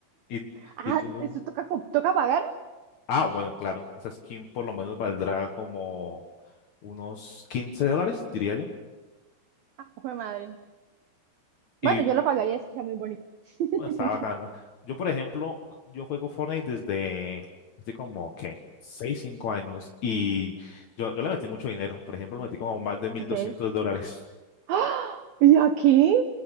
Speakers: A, on the left; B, on the right.
A: ¿Y,
B: Ah,
A: y tú?
B: ¿eso toca, co- toca pagar?
A: Ah, bueno, claro, esa skin por lo menos valdrá como unos 15 dólares, diría yo.
B: Ah, fue madre.
A: Y
B: Bueno, yo lo pagaría, es que está muy bonita.
A: Bueno,
B: <laughs>
A: está bacana. Yo, por ejemplo, yo juego Fortnite desde así como, ¿qué? seis 5 años. Y yo, yo le metí mucho dinero. Por ejemplo, le metí como más de mil
B: Ok.
A: doscientos dólares
B: ¡Ah! ¿Y aquí?